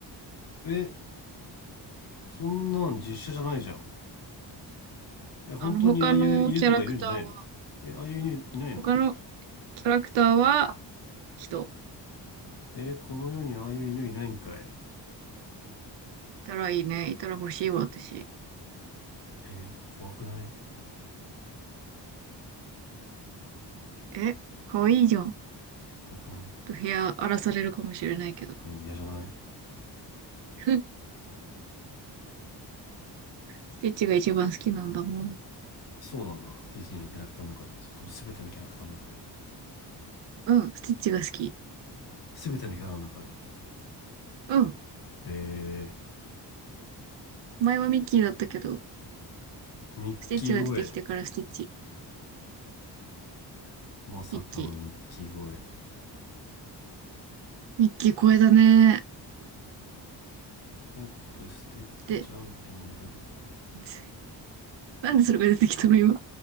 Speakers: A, on the left; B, on the right.
A: えそんなん実写じゃないじゃんえ、本当にああいう犬とかいるんじゃないの
B: あの、他のキャラクターは、
A: え、ああいう犬いないの
B: 他のキャラクターは人。
A: え、この世にああいう犬いないんかい
B: いたらいいね。いたら欲しいわ、私。
A: え、怖くない
B: え、かわいいじゃん。ち
A: え、怖くない
B: ょっと部屋荒らされるかもしれないけど。
A: うん、嫌じゃない
B: <laughs> スティッチが一番好きなんだもん。
A: そうなんだ。ディズニーのキャラクターの中で。それとも全てのキャラクターの中で。
B: うん、スティッチが好き。
A: 全てのキャラの中で。
B: うん。
A: えー、
B: 前はミッキーだったけど、
A: ミッキー声。
B: スティッチが出てきてからスティッチ。
A: まさかのミッキー声。
B: ミッキー。ミッキー声だね。
A: ホップ、ステップ、
B: で、
A: ジャンピング。わ
B: <laughs> なんでそれが出てきたの今。